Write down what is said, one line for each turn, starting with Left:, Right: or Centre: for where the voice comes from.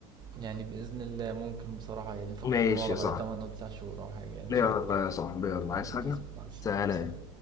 Right: يعني بإذن الله ممكن بصراحة يعني نفكر
Left: ماشي
Right: في الموضوع ده
Left: يا
Right: بعد
Left: صاحبي
Right: 8 او 9 شهور او حاجة يعني
Left: ليه
Right: ان شاء
Left: يا
Right: الله
Left: بقى يا صاحبي يلا عايز
Right: ماشي
Left: حاجة؟
Right: يا اسطى، مع السلامة
Left: تعالى
Right: سلام